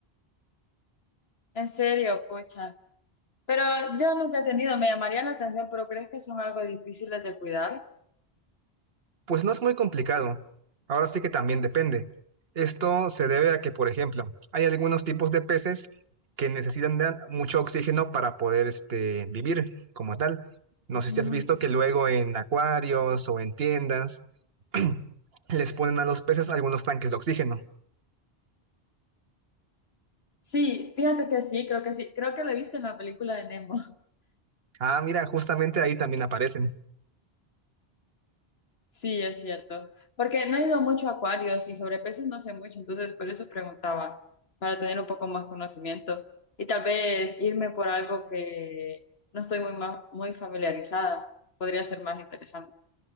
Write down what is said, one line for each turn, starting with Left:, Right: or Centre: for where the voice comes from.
Left: En serio, pucha. Pero yo nunca he tenido, me llamaría la atención, pero ¿crees que son algo difíciles de cuidar?
Right: Pues no es muy complicado, ahora sí que también depende. Esto se debe a que, por ejemplo, hay algunos tipos de peces que necesitan de mucho oxígeno para poder este, vivir como tal. No
Left: Ujú,
Right: sé si
Left: ujú.
Right: has visto que luego en acuarios o en tiendas <clears throat> les ponen a los peces algunos tanques de oxígeno.
Left: Sí, fíjate que sí, creo que sí. Creo que lo he visto en la película de Nemo.
Right: Ah, mira, justamente ahí también aparecen.
Left: Sí, es cierto. Porque no he ido mucho a acuarios y sobre peces no sé mucho, entonces por eso preguntaba, para tener un poco más conocimiento y tal vez irme por algo que no estoy muy, ma- muy familiarizada. Podría ser más interesante.